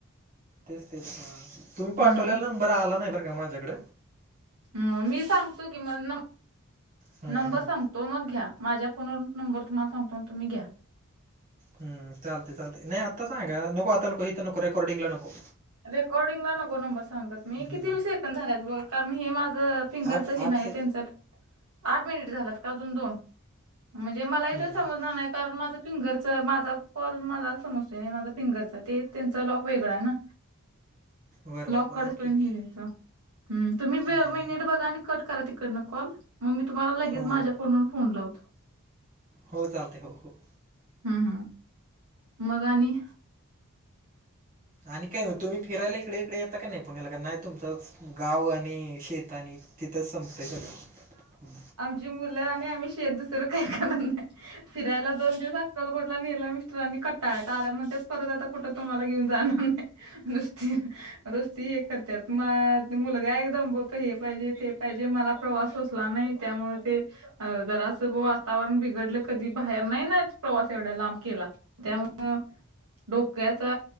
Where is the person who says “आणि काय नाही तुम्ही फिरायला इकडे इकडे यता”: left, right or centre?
Right